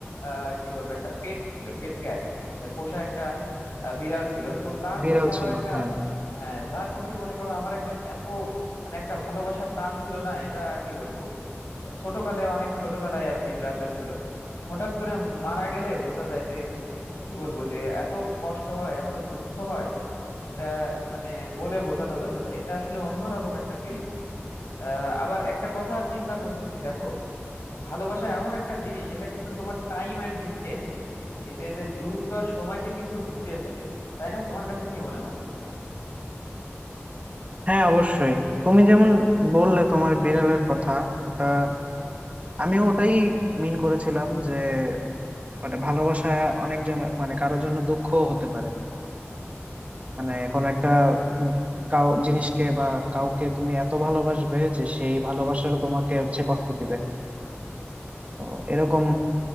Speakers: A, on the left; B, on the right.
A: আহ কি বলবো একটা পেট ছিল পেট ক্যাট মানে পোষা একটা আহ, বিড়াল ছিল তো তার
B: বিড়াল
A: প্রতি আমার
B: ছিল
A: একটা
B: হ্যাঁ
A: আহ, তার প্রতি মনে করো আমার একটা এত মানে একটা ভালোবাসার টান ছিল না এটা কি বলবো ছোটকালে অনেক ছোটবেলায় আর কি বিড়ালটা ছিল তো হঠাৎ করে মারা গেলে বোঝা যায় যে কি বলবো যে এত কষ্ট হয় এত দুঃখ হয় এটা মানে বলে বোঝানো যাবে না এটা আসলে অন্যরকম একটা ফিলিংস আবার একটা কথা চিন্তা করতেছি দেখো ভালোবাসা এমন একটা জিনিস এটা কিন্তু তোমার টাইম অ্যান্ড ডিস্টেন্স এই যে যে দূরত্ব আর সময়কে কিন্তু ঘুচিয়ে ফেলে তাই না তোমার কাছে কি মনে হয়
B: হ্যাঁ অবশ্যই তুমি যেমন বললে তোমার বিড়ালের কথা ওটা আমিও ওটাই মিন করেছিলাম যে মানে ভালোবাসা অনেক জন মানে কারোর জন্য দুঃখ হতে পারে মানে কোন একটা উম কাউ জিনিসকে বা কাউকে তুমি এত ভালোবাসবে যে সেই ভালোবাসাটা তোমাকে হচ্ছে কষ্ট দিবে তো এরকম